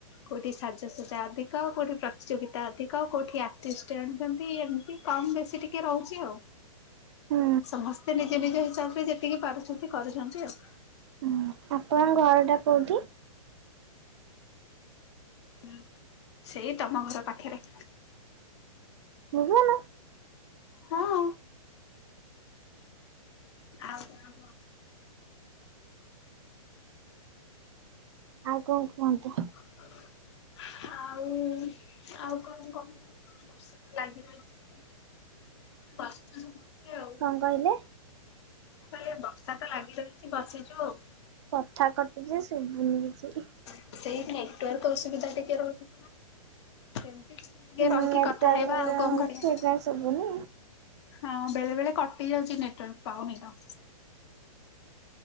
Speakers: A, on the left (about 50°); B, on the right (about 50°).
A: କୋଉଠି ସାଜସଜା ଅଧିକ, କୋଉଠି ପ୍ରତିଯୋଗିତା ଅଧିକ, କୋଉଠି ଆର୍ଟିଷ୍ଟ ଆଣୁଛନ୍ତି। କମ୍ ବେଶୀ ଟିକେ ରହୁଚି ଆଉ।
B: ହୁଁ
A: ସମସ୍ତେ ନିଜ ନିଜ ହିସାବରେ ଯେତିକି ପାରୁଛନ୍ତି କରୁଛନ୍ତି ଆଉ।
B: ହୁଁ ଆପଣଙ୍କ ଘରଟା କୋଉଠି?
A: ହ ସେଇ ତମ ଘର ପାଖରେ।
B: ବୁଝିବନି।
A: ହଁ। ଆଉ ତା
B: ଆଉ କଣ କୁହନ୍ତୁ?
A: <unintelligible> ଆଉ ଆଉ କଣ କ ବର୍ଷା ଲାଗି ରହିଛି। ବସିଛୁ ସମସ୍ତେ ଆଉ।
B: କଣ କହିଲେ?
A: କହିଲେ ବର୍ଷା ତ ଲାଗି ରହିଛି ବସିଛୁ ଆଉ।
B: କଥା କଟିଛି ସେ ସୁବୁନିକିଛି।
A: ସେଇ ନେଟୱାର୍କ ଅସୁବିଧା ଟିକେ ରହୁଛି କେମିତି। ଟିକେ
B: ହୁଁ
A: ରହିକି
B: ନେଟୱାର୍କ
A: କଥା
B: ପ୍ରୋବ୍ଲେମ୍
A: ହେଇବା ଆଉ କଣ
B: ହଉଛି
A: କରିବା।
B: ସେଇଥିପାଇଁ ଶୁଭୁନି।
A: ହଁ ବେଳେ ବେଳେ କଟି ଯାଉଛି ନେଟୱାର୍କ ପାଉନି ତ।